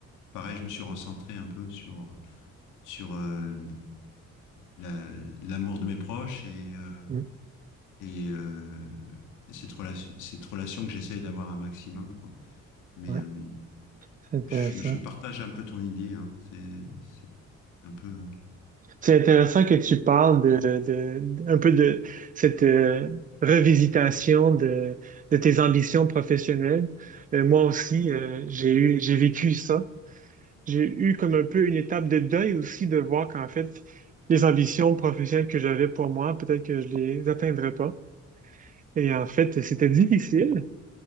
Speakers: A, on the left; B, on the right.
A: pareil, je me suis recentré un peu sur, sur euh, la- l'amour de mes proches et, euh,
B: hum,
A: et, euh, et cette relation, cette relation que j'essaye d'avoir un maximum, quoi. Mais,
B: ouais,
A: euh,
B: c'est intéressant.
A: je, je partage un peu ton idée, hein. C'est, c'est vrai. C'est un peu. euh,
B: C'est intéressant que tu parles de, de- de- un peu de cette euh, revisitation de, de tes ambitions professionnelles. Euh, moi aussi, euh, j'ai eu, j'ai vécu ça. J'ai eu comme un peu une étape de deuil aussi de voir qu'en fait, les ambitions professionnelles que j'avais pour moi, peut-être que je les atteindrais pas. Et en fait, c'était difficile.